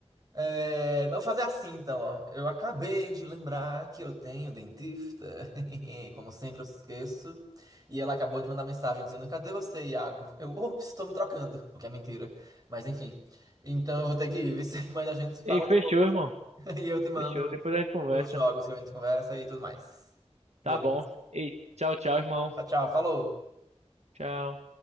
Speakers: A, on the right; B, on the right.
A: É, vou fazer assim então, ó. Eu acabei de lembrar que eu tenho dentista. <laughs> Como sempre, eu esqueço. E ela acabou de mandar mensagem dizendo: Cadê você, Iago? Eu, ops, estou me trocando. O que é mentira. Mas enfim. Então eu vou ter que ir, viu? <laughs> mas a gente se fala
B: Ei, fechou,
A: depois.
B: irmão.
A: <laughs> E eu te mando
B: Fechou. Depois a gente conversa.
A: os jogos que a gente conversa e tudo mais. Beleza?
B: Tá bom. Ei, tchau, tchau, irmão.
A: Tchau, tchau. Falou!
B: Tchau.